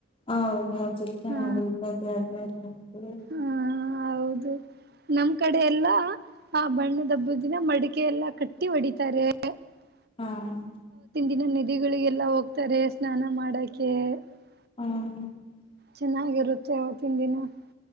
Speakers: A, on the left; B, on the right.
A: ಹೌದೌದು. ಚಪದ..
B: ಹಾ
A: <inaudible>
B: ಹಾ ಹೌದು.. <inaudible> ನಮ್ ಕಡೆ ಎಲ್ಲ.. <inaudible> ಹಾ ಬಣ್ಣದ ಹಬ್ಬ ದಿನ ಮಡಿಕೆ ಎಲ್ಲಾ ಕಟ್ಟಿ ಹೊಡಿತಾರೆ.. <unintelligible>
A: ಹಾ.. <inaudible>
B: ಇನ್ನು ನಿಧಿಗಳಿಗೆಲ್ಲ ಹೋಗ್ತಾರೆ ಸ್ನಾನ ಮಾಡಕ್ಕೆ.. <unintelligible>
A: ಹ್ಮ.. <inaudible>
B: ಚೆನ್ನಾಗಿರುತ್ತೆ ಆವತ್ತಿನ ದಿನ.. <unintelligible>